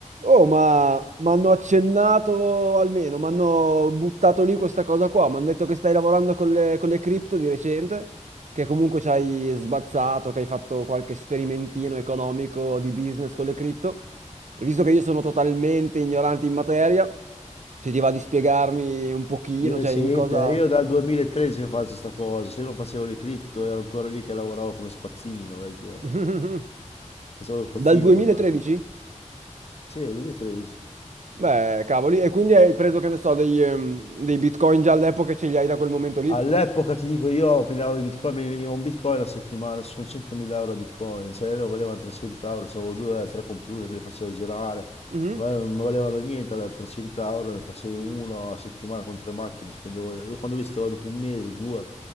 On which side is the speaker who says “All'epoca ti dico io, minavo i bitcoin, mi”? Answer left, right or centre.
Left